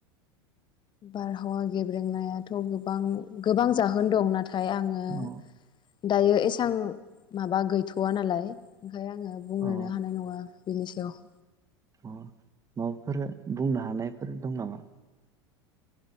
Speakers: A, on the left; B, on the right.
A: बारहावा गेब्रेंनायाथ' गोबां गोबां जाहोन दं नाथ फाय आङो
B: अ
A: दायो एसां माबा गैथ'वा नालाय। ओमफाय आङो बुंनोनो
B: अ
A: हानाय नङा। बिनि सा <unintelligible>
B: अ माबाफोर बुंनो हानायफोर दं नामा?